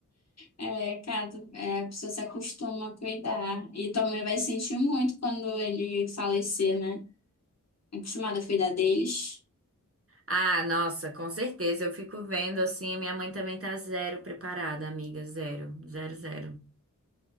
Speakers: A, on the left; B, on the right.
A: É, cara, é, a pessoa se acostuma a cuidar. E também vai sentir muito quando ele falecer, né? Acostumada a cuidar deles.
B: Ah, nossa, com certeza. Eu fico vendo assim, minha mãe também tá zero preparada, amiga, zero, zero, zero.